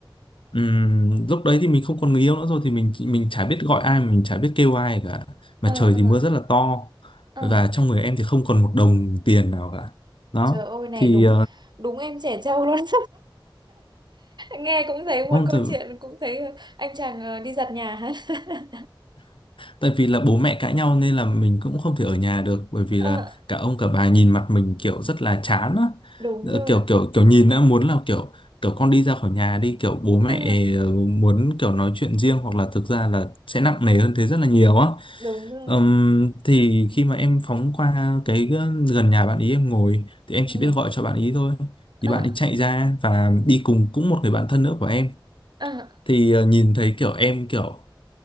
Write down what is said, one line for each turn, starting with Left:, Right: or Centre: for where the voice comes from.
Left: ừm, lúc đấy thì mình không còn người yêu nữa rồi thì mình mình chả biết gọi ai mình chả biết kêu ai cả mà
Right: à à
Left: trời thì mưa rất là to
Right: à
Left: và trong người em thì không còn một đồng tiền nào cả đó
Right: trời ơi này
Left: thì
Right: đúng đúng em trẻ trâu luôn <laughs> nghe cũng thấy một
Left: uh,
Right: câu chuyện cũng thấy anh chàng ờ, đi giặt nhà hả <laughs>
Left: tại vì là bố mẹ cãi nhau nên là mình cũng không thể ở nhà được bởi vì
Right: Ờ,
Left: là cả ông cả bà nhìn mặt mình kiểu rất là chán á
Right: đúng
Left: Ờ,
Right: rồi
Left: kiểu kiểu kiểu nhìn đã muốn là kiểu kiểu con đi ra khỏi nhà đi kiểu bố mẹ
Right: Ờ,
Left: ờ, muốn kiểu nói chuyện riêng hoặc là thực ra là sẽ nặng nề hơn thế rất là nhiều á
Right: đúng rồi
Left: Ừm, thì khi mà em phóng qua cái ờ, gần nhà bạn ý em ngồi thì em
Right: ừ.
Left: chỉ biết gọi cho bạn ý thôi
Right: Ờ,
Left: thì bạn ấy chạy ra và đi cùng cũng một người bạn thân nữa của em
Right: ờ.
Left: thì ờ, nhìn thấy kiểu em kiểu